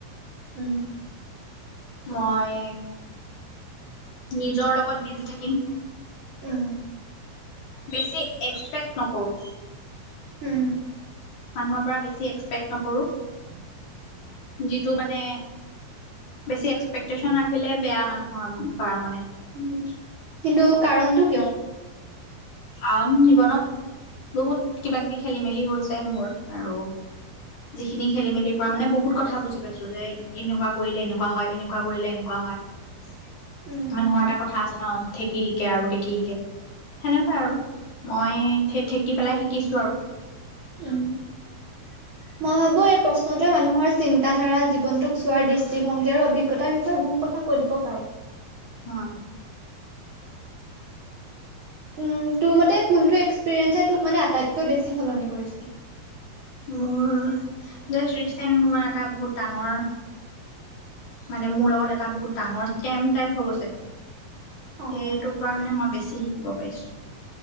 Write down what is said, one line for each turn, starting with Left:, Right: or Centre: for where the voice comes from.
Right: উম
Left: মই নিজৰ লগত বিজি থাকিম।
Right: উম
Left: বেছি এক্সপেক্ট নকৰোঁ
Right: উম
Left: মানুহৰ পৰা বেছি এক্সপেক্ট নকৰোঁ যিটো মানে। বেছি এক্সপেক্টটেচন ৰাখিলে বেয়া মানুহৰ পৰা মানে।
Right: উম কিন্তু কাৰণটো কিয়।
Left: আউন জীৱনত বহুত কিবা কিবি খেলি মেলি হৈছে মোৰ আৰু। যিখিনি খেলি মেলিৰ পৰা মানে বহুত কথা বুজি পাইছো যে এনেকুৱা কৰিলে এনেকুৱা হয় এনেকুৱা কৰিলে এনেকুৱা হয়।
Right: উম। উম,
Left: মানুহৰ এটা কথা আছে ন ঠেকি শিকে আৰু দেখি শিকে। টোৱে
Right: হয়,
Left: আৰু
Right: হয়,
Left: মই ঠে ঠেকি পেলাই শিকিছো আৰু।
Right: অ'।
Left: <unintelligible>
Right: মই ভাবো এই প্ৰশ্নটোৱে মানুহৰ চিন্তাধাৰা জীৱনটোক চোৱাৰ দৃষ্টিভংগী আৰু অভিজ্ঞতাৰ বিষয়ে বহু কথা। কৈ দিব পাৰে।
Left: হম।
Right: উম, তোৰ মতে কোনটো এক্সপিৰিয়েঞ্চ তোক মানে আটাইতকৈ বেছি সলনি কৰিছে?
Left: মোৰ জাষ্ট ৰিচেণ্ট মোৰ এটা বহুত ডাঙৰ মানে মোৰ লগত এটা বহুত ডাঙৰ স্কেম টাইপ হৈ গৈছে।
Right: অ',
Left: সেইটোৰ পৰা মানে মই বেছি শিকিব পাৰিছো।